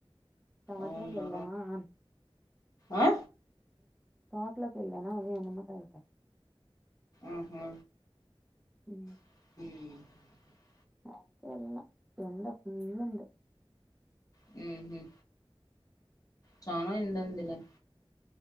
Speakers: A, in the centre; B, on the left.
A: తోట్లోకి
B: అవునా
A: వెల్దామా ఆ
B: ఆ
A: తోటలోకెల్దామా అదే నిమ్మకాయలకి
B: ఆహా
A: హు
B: <inaudible>
A: యాడికెళ్లలా ఎండ ఫుల్ంది
B: హు హు చాన
A: ఉమ్
B: ఎంతందులో <unintelligible>